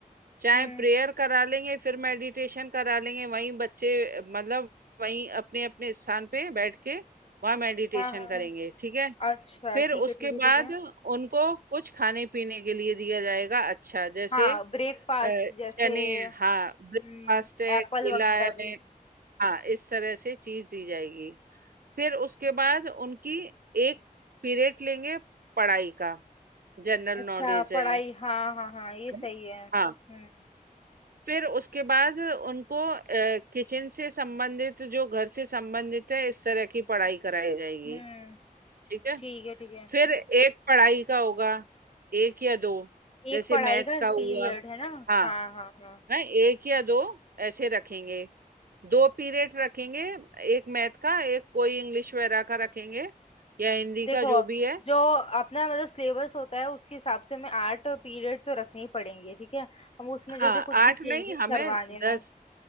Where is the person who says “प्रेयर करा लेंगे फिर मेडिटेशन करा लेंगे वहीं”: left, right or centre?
Right